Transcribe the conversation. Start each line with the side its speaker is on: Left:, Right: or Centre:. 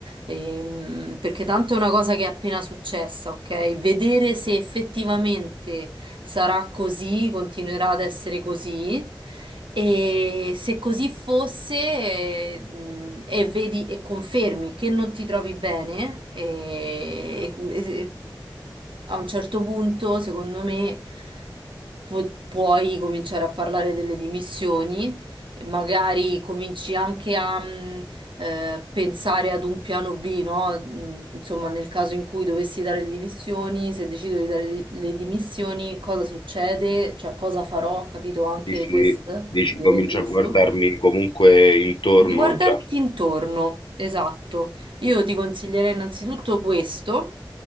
Right: Ehm, perché tanto è una cosa che è appena successa, ok? Vedere se effettivamente sarà così, continuerà ad essere così. E se così fosse, eh, mh, e vedi e confermi che non ti trovi bene, eh, e, e- a un certo punto, secondo me, pu- puoi cominciare a parlare delle dimissioni, e magari cominci anche a mh, eh, pensare ad un piano B, no? Mh, Insomma, nel caso in cui dovessi dare le dimissioni, se decido di dare le le dimissioni, cosa succede? Cioè, cosa farò? Capito anche
Left: Dici,
Right: questo,
Left: dici
Right: di
Left: comincio
Right: avere questo.
Left: a guardarmi comunque intorno
Right: Di guardarti
Left: già.
Right: intorno, esatto. Io ti consiglierei innanzitutto questo,